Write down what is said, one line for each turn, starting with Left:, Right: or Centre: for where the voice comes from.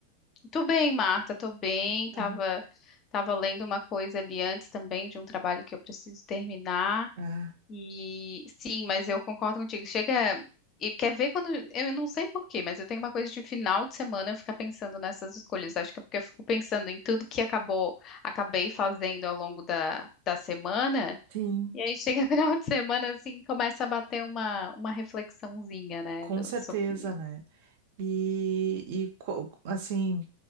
Left: Tô bem, Marta, tô bem. Tava,
Right: Aham.
Left: tava lendo uma coisa ali antes também de um trabalho que eu preciso terminar.
Right: Ah,
Left: E sim, mas eu concordo contigo. Chega e quer ver quando eu não sei por quê, mas eu tenho uma coisa de final de semana eu ficar pensando nessas escolhas. Acho que é porque eu fico pensando em tudo que acabou, acabei fazendo ao longo da, da semana.
Right: sim,
Left: E aí chega <laughs> final de semana, assim, começa a bater uma, uma reflexãozinha, né,
Right: com
Left: do-
Right: certeza,
Left: sobre...
Right: né? E, e co- assim,